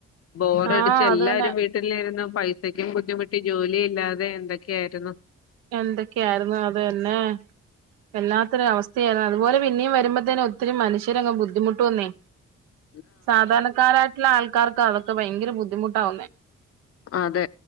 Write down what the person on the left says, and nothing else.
ബോറടിച്ച്
എല്ലാരും
വീട്ട വീട്ടിലിരുന്നു പൈസക്കും ബുദ്ധിമുട്ടി ജോലി ഇല്ലാതെ എന്തൊക്കെയായിരുന്നു.
<inaudible>
അതെ